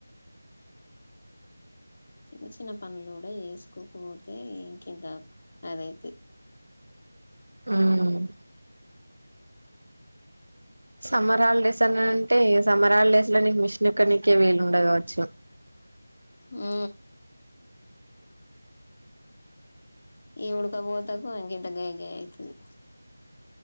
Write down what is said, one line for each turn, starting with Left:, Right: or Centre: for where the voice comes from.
Left: చిన్న చిన్న పనులు కూడా చేసుకోకపోతే ఇంకేంత అదైతే
Right: ఉమ్ సమ్మర్ హాలిడేస్ అన్నా అంటే సమ్మర్ హాలిడేస్ లో నీకు మిషన్క్కకే వేలుండ కావచ్చు
Left: ఆ ఈ ఉడకపోతకు ఇంకింత గయ గయ అవుతుంది